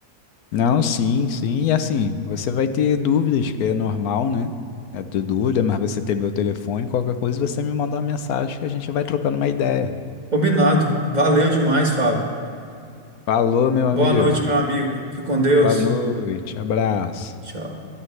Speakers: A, on the left; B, on the right.
A: Não, sim, sim. E assim, você vai ter dúvidas, que é normal, né? É ter dúvida, mas você tem meu telefone, qualquer coisa você me manda uma mensagem que a gente vai trocando uma ideia.
B: Combinado. Valeu demais, Fábio.
A: Falou, meu
B: Boa
A: amigo.
B: noite, meu amigo. Fique com Deus.
A: Boa noite, abraço.
B: Tchau.